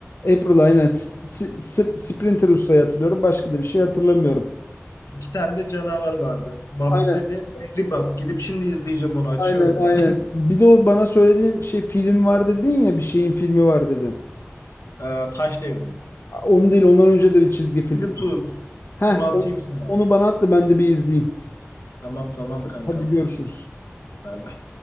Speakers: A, on the left; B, on the left.
A: April aynen. S- S- S- Sprinter ustayı hatırlıyorum. Başka da bir şey hatırlamıyorum.
B: İki tane de canavar vardı. Babs
A: Aynen
B: dedi. Mehribab. Gidip şimdi izleyeceğim onu. Açıyorum
A: aynen aynen.
B: ben. <laughs>
A: Bir de o bana söylediğin şey film var dedin ya bir şeyin filmi var dedin.
B: Ee, Taş Devri'ni.
A: Onu değil ondan önce de bir çizgi film.
B: Tools.
A: Heh,
B: Onu atayım
A: o-
B: sana.
A: onu bana at da ben de bir izleyeyim.
B: Tamam tamam kankam.
A: Hadi görüşürüz.
B: Bye bye.